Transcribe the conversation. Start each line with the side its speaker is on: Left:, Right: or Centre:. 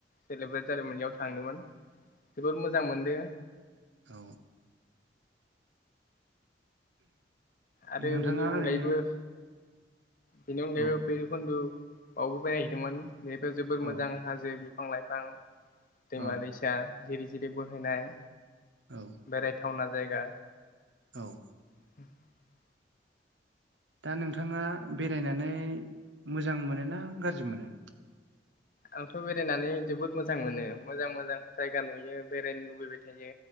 Left: सेलेब्रेट जारिमिननियाव थांदोंमोन जोबोर मोजां मोनदो।
Right: औ।
Left: आरो
Right: नोंथाङा
Left: बेनि अनगायैबो
Right: ओरैनो
Left: बेनि अनगायैबो
Right: औ
Left: भैरबकुन्दुआवबो बेरायहैदोंमोन बेहायबो जोबोर
Right: औ
Left: मोजां। हाजो बिफां लाइफां दैमा
Right: औ
Left: दैसा जिरि जिरि बोहैनाय।
Right: औ।
Left: बेरायथावना जायगा।
Right: औ।
Left: <inaudible>
Right: दा नोंथाङा बेरायनानै मोजां मोनो ना गाज्रि मोनो?
Left: आंथ' बेरायनानै जोबोद मोजां मोनो मोजां मोजां जायगा नुयो बेरायनो लुबैबाय थायो।